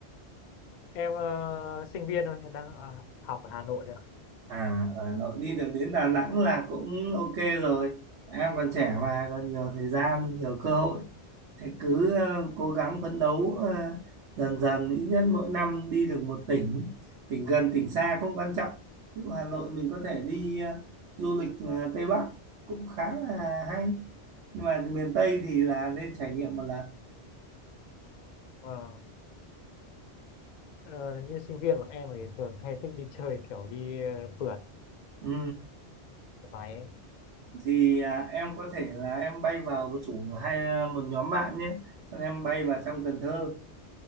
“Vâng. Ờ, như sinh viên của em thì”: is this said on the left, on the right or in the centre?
Left